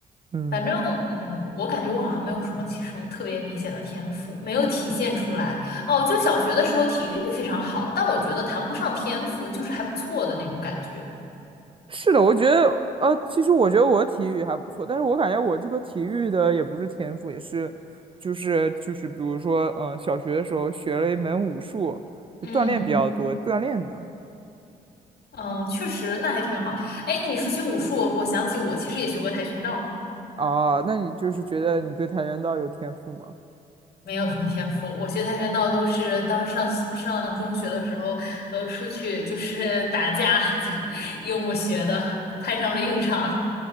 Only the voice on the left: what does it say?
反正，嗯，我感觉我好像没有什么什么特别明显的天赋，没有体现出来。哦，就小学的时候体育非常好，但我觉得谈不上天赋，就是还不错的那种感觉。
嗯，
嗯，确实，那还挺好。哎，你说起武术，我想起我其实也学过跆拳道，
没有什么天赋。我学跆拳道都是当时上上中学的时候，呃，出去就是打架，就 <laughs> 用我学的，派上了用场